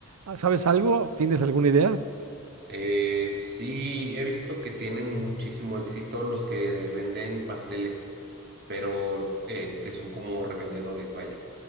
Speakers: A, on the right; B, on the right.
A: ah, ¿sabes algo? ¿Tienes alguna idea?
B: Eh, sí, he visto que tienen muchísimo éxito los que venden pasteles, pero eh, que son como revendedores, vaya,